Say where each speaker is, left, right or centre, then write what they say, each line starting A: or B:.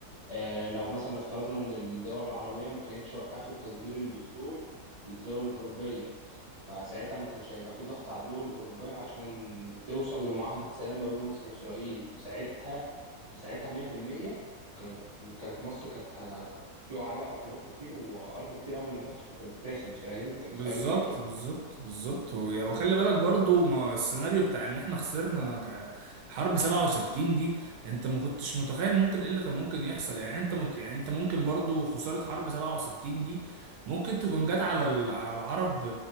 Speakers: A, on the right; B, on the right.
A: آه لو مثلا افترضنا ان الدول العربيه ما كانتش وقفت تصدير البترول للدول الاوروبيه فساعتها ما كانش هيبقى في ضغط على الدول الاوروبيه عشان توصل لمعاهده سلام ما بين مصر واسرائيل ساعتها ساعتها 100% كان- كانت مصر كانت هتقع عليها عقوبات كتير وأرض كتير أوي من مصر كانت هتتاخد فاهم أنت متخيل
B: بالظبط
A: الفكرة؟
B: بالظبط بالظبط و- وخلي بالك برضو ما السيناريو بتاع ان احنا خسرنا ك- حرب 67 دي انت ما كنتش متخيل ممكن ايه اللي كان ممكن يحصل يعني انت مت... يعني انت ممكن برضو خسارة حرب 67 دي ممكن تكون جت على ال... على العرب ب...